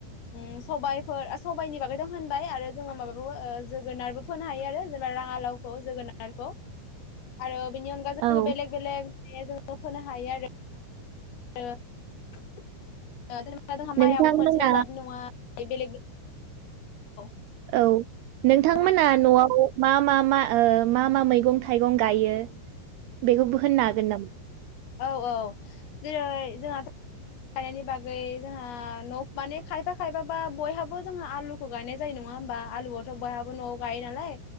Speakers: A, on the left; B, on the right.
A: ओ सबायफोर सबायाइनि बागैथ होनबाय आरो। जोङो माबाबो जोगोनारबो फोनो हायो आरो जेनबा राङालावखौ जोगोनारखौ आरो बेनि अनगा जोंङो
B: औ
A: बेलेग बेलेग <unintelligible> फोनो हायो आरो <inaudible> ओ जेनोबा जोंहा
B: नोंथांमोना
A: मायाबोथ' मोनसेल' जादनि नङा बेलेग बेेलेग औ।
B: औ नोंथांमोना
A: नोंथां
B: न'आव। मा मा मा ओ मा मा मैगं थाइगं गायो? बेखौबो होननो हागोन नामा?
A: औ-औ जेरै रै जोंहाथ <unintelligible> बागै जोंहा खायफा खायफाबा बयहाबो जोंहा आलुखौ गायनाय जायो नङा होनबा आलुआथ' बयहाबो न'आव गायो नालाय